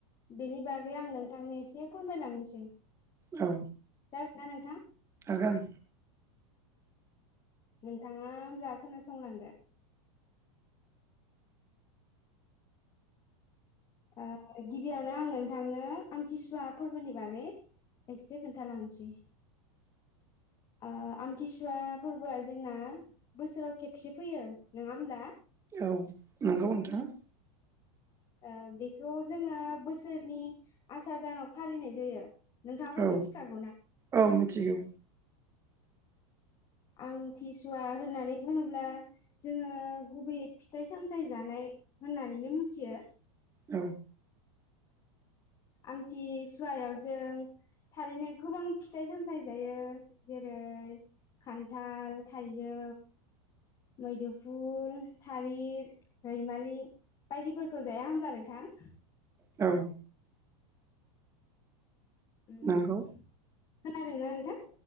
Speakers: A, on the left; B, on the right.
A: बेनि बागै आं नोंथांनो एसे फोरमायलांनोसै।
B: औ।
A: <unintelligible> नोंथां।
B: आगान।
A: नोंथाङा होमब्ला खोनासंलांदो। ओ गिबियावनो आं नोंथांनो आमथिसुवा फोरबोनि बागै एसे खोन्थालांसै। आ आमथिसुवा फोरबोआ जोंना बोसोराव खेबसे फैयो नङा होमब्ला?
B: औ नंगौ नोंथां।
A: ओ बेखौ जोङो बोसोरनि आसार दानाव फालिनाय जायो। नोंथाङाबो
B: औ
A: मिथिखागौना
B: औ मिथिगौ
A: आं थिसुवा होननानै बुङोब्ला जोङो गुबैयै फिथाइ सामथायाइ जानाय होननानैनो मिथियो
B: औ
A: आमथिसुवायाव जों थारैनो गोबां फिथाइ सामथायाइ जायो जेरै खान्थाल थाय जौ मैदुफुल थालिर रैमालि बायदिफोरखौ जाया होनब्ला नोंथां?
B: औ
A: उ खोनादोंना
B: नंगौ
A: नोंथां?